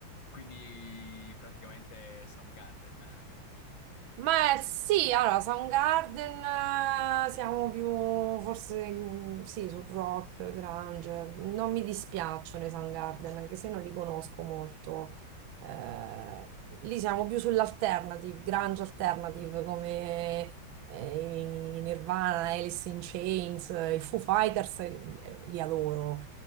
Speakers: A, on the left; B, on the right.
A: Quindi praticamente Soundgarden.
B: Ma eh, sì, allora, Soundgarden, eh, siamo più forse mm, sì, sul rock, grunge. Non mi dispiacciono i Soundgarden, anche se non li conosco molto. Eh, lì siamo più sull'alternative, grunge alternative, come eh, i Nirvana, Alice in Chains, eh, i Foo Fighters, eh, li adoro.